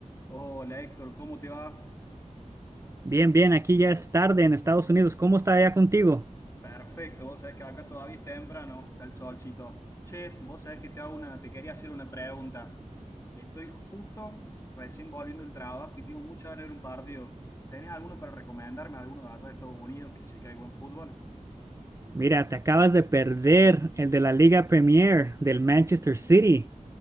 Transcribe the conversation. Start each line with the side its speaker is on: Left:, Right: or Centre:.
Left: Hola Héctor, ¿cómo te va?
Right: Bien, bien, aquí ya es tarde en Estados Unidos. ¿Cómo está allá contigo?
Left: Perfecto, vos sabés que acá todavía es temprano, está el solcito. Che, vos sabés que te hago una, te quería hacer una pregunta. Estoy justo recién volviendo del trabajo y tengo mucha ganas de ver un partido. ¿Tenés alguno para recomendarme, alguno de allá de Estados Unidos que sé que hay buen fútbol?
Right: Mira, te acabas de perder el de la Liga Premier del Manchester City.